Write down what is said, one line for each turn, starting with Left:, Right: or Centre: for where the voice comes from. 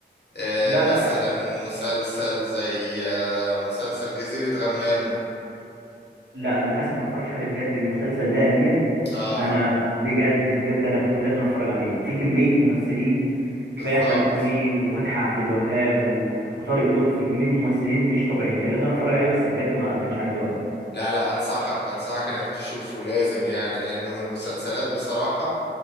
Left: آه
Right: لا
Left: مثلا
Right: لا
Left: مسلسل زي آه مسلسل جزيرة غمام
Right: لا للاسف ما اتفرجش عليه بجد المسلسل ده يا امير
Left: اه
Right: انا بجد بجد انا كنت لازم اتفرج عليه في كميه ممثلين كفايه
Left: بالظبط
Right: احمد امين وفتحي عبد الوهاب و... وطارق لطفي كميه ممثلين مش طبيعيين كان لازم أنا اتفرج عليه بس بجد ما كانش عندي وقت
Left: لا لا انصحك انصحك انك تشوفه لازم يعني لانه من المسلسلات بصراحة